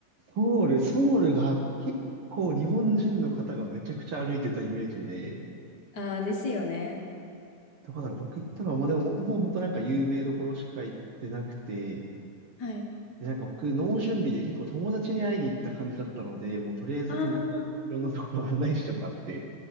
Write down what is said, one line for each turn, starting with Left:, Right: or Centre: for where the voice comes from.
Right: ソウル、ソウルが結構日本人の方がめちゃくちゃ歩いてたイメージで、
Left: ああ、ですよね。
Right: だから僕行ったのは、まあでも、もう本当なんか有名どころしか行ってなくて、
Left: はい。
Right: で、なんか僕、脳準備で結構友達に会いに行った感じだったので、もうとりあえず友達にいろんなところを案内してもらって、
Left: ああ、